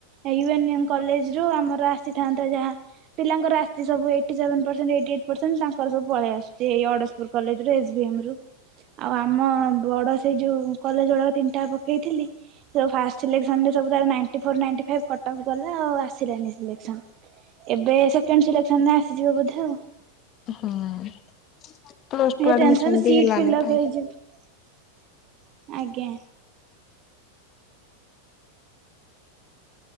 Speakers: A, on the right (about 35°); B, on the left (about 30°).
A: ଏ ୟୁନିୟମ୍ କଲେଜ୍ ରୁ ଆମର ଆସିଥାନ୍ତା ଯାହା। ପିଲାଙ୍କର ଆସିଚି ସବୁ ଏଇଟି ସେଭେନ୍ ପର୍ସେଣ୍ଟ ଏଇ ଟି ଏଇଟ୍ ପର୍ସେଣ୍ଟ ତାଙ୍କର ସବୁ ପଳେଇ ଆସଚି ଏଇ ଅଡ଼ଶପୁର କଲେଜ୍ ରୁ ଏସ୍ ବି ଏମ୍ ରୁ। ଆଉ ଆମ ବଡ ସେଇ ଯୋଉ କଲେଜ୍ ଗୁଡାକ ତିନିଟା ପକେଇଥିଲି। ଯୋଉ ଫାଷ୍ଟ ସିଲେକ୍ସନ ରେ ସବୁ ତାର ninety four ninety five cutoff କଲା ଆଉ ଆସିଲାନି ସିଲେକ୍ସନ। ଏବେ ସେକେଣ୍ଡ ସିଲେକ୍ସନ ରେ ଆସିଯିବ ବୋଧେ ଆଉ।
B: ହୁଁ। ପ୍ଲସ ଟୁ
A: ଏ
B: ଆଡମିସନ
A: ଟେନସନ୍ ସିଟ୍
B: ବି ହେଲାନି
A: ଫିଲପ୍
B: ଫା
A: ହେଇଯିବ। ଆଜ୍ଞା।